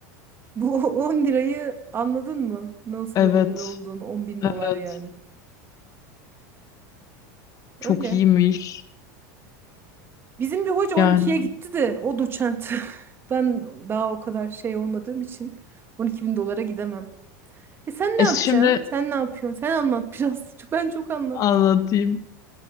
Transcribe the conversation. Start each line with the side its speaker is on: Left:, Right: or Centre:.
Right: Bu <laughs> 10 lirayı anladın mı? Nasıl
Left: Evet,
Right: bir 10 lira olduğunu. 10 bin
Left: evet.
Right: dolar yani. Öyle.
Left: Çok iyiymiş.
Right: Bizim bir hoca 12'ye
Left: Yani.
Right: gitti de o doçent. <laughs> Ben daha o kadar şey olmadığım için 12 bin dolara gidemem. E sen ne
Left: E
Right: yapacaksın?
Left: şimdi
Right: Sen ne yapıyorsun? Sen anlat biraz. <laughs> Ben çok anlattım.
Left: anlatayım.